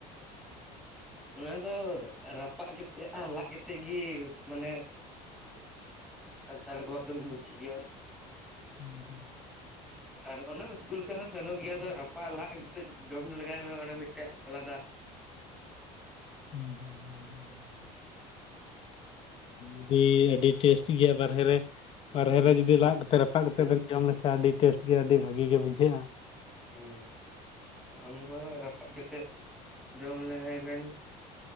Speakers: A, in the centre; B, on the left.
A: ᱟᱨ ᱚᱱᱟ ᱫᱚ ᱨᱟᱯᱟᱜ ᱠᱟᱛᱮᱫ ᱟᱨ ᱞᱟᱫ ᱠᱟᱛᱮᱫ ᱜᱮ ᱢᱟᱱᱮ ᱥᱟᱱᱛᱟᱲ ᱠᱚᱣᱟᱜ ᱫᱚᱢ ᱵᱩᱡᱮᱜ ᱜᱮᱭᱟ
B: ᱦᱩᱸ ᱦᱩᱸ
A: ᱟᱨ ᱚᱱᱟ ᱩᱛᱩ ᱞᱮᱠᱟ ᱦᱚᱸ ᱜᱟᱱᱚᱜ ᱜᱮᱭᱟ ᱟᱫᱚ ᱨᱟᱯᱟᱜ ᱞᱟᱫ ᱠᱟᱛᱮ ᱡᱚᱢ ᱞᱮᱜᱟᱭ ᱢᱮ ᱚᱱᱟ ᱢᱤᱫᱴᱮᱡ ᱟᱞᱟᱫᱟ
B: ᱦᱩᱸ ᱦᱩᱸ ᱦᱩᱸ ᱟᱹᱰᱤ ᱟᱹᱰᱤ ᱴᱮᱥᱴᱤ ᱜᱮᱭᱟ ᱵᱟᱨᱦᱮ ᱨᱮ ᱵᱟᱨᱦᱮ
A: ᱦᱩᱸ
B: ᱨᱮ ᱡᱩᱫᱤ ᱞᱟᱫ ᱨᱟᱯᱟᱜ ᱠᱟᱛᱮᱫ ᱵᱮᱱ ᱡᱚᱢ ᱞᱮᱠᱷᱟᱡ ᱟᱹᱰᱤ ᱴᱮᱥᱴ ᱜᱮ ᱟᱹᱰᱤ ᱵᱷᱟᱹᱜᱤ ᱜᱮ ᱵᱩᱡᱷᱟᱹᱜᱼᱟ
A: ᱦᱩᱸ ᱟᱢ ᱫᱚ ᱨᱟᱯᱟᱜ ᱨᱟᱯᱟᱜ ᱠᱟᱛᱮᱫ ᱡᱚᱢ ᱞᱮᱜᱟᱭ ᱵᱮᱱ